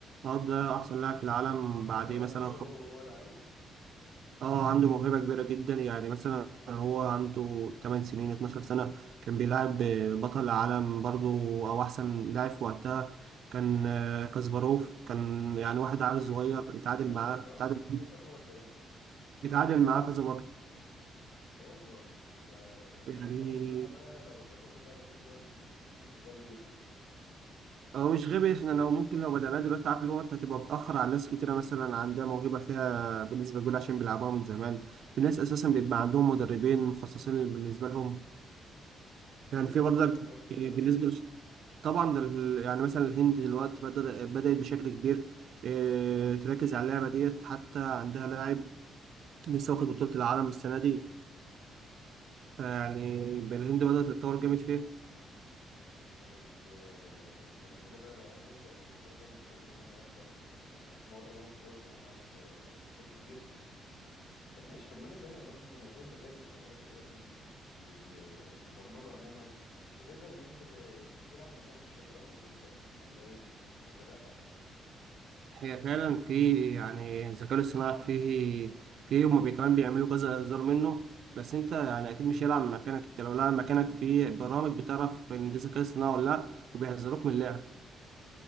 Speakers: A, on the right; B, on the left.
A: آه، ده أحسن لاعب في العالم بعد
B: ده اللي
A: إيه
B: هو
A: مثلا
B: من صغره
A: ف-
B: وهو لعيب
A: اه عنده موهبة كبيرة جدا يعني مثلا هو عنده 8 سنين 12 سنة كان بيلعب آه، بطل العالم برضو أو أحسن لاعب في وقتها كان آه، كاسباروف كان يعني واحد عيل صغير اتعادل
B: كسبه
A: معاه
B: صح
A: اتعادل
B: كسبه ولا ايه
A: اتعادل معاه كذا مرة
B: لا والله ده ده
A: يعني
B: انا حاسس ان انا بقى لو بدأت اللعبة دي دلوقتي هكون غبي جدا
A: هو مش غبي احنا لو ممكن لو بدأناه دلوقتي عارف اللي هو انت هتبقى متأخر على ناس كتيرة مثلا عندها موهبة فيها بالنسبة لجول عشان بيلعبوها من زمان في ناس أساسا بيبقى عندهم مدربين مخصصين بالنسبة لهم يعني
B: ايه ده
A: في برضك
B: ده الموضوع كبير
A: إيه،
B: قوي
A: بالنسبة لش- طبعا ده ال- يعني مثلا الهند دلوقتي بدر- بدأت بشكل كبير إيه، تركز على اللعبة ديت حتى عندها لاعب لسه واخد بطولة العالم السنة دي يعني الهند بدأت تتطور جامد فيها
B: طيب آه، ده انا كده بقى لو عايز ابدا الموضوع ده محتاج ان انا ابدا آه، اتمرن اكتر والعب آه، ماتشات كتير طب ماشي طب ما انا سامع برضو ان موضوع الذكاء الاصطناعي دلوقتي وال- آه، والبرمجه عموما بتقدر ان انت ت- تلعب مكانك الشطرنج وتكسب ولا ايه ولا لا
A: هي فعلا في يعني الذكاء الاصطناعي فيه فيه هما بي- كمان بيعملوا كذا هزار منه بس انت يعني اكيد مش هيلعب مكانك انت لو لعب مكانك في برامج بتعرف ان ده ذكاء اصطناعي ولا لا وبيحذروك من اللعب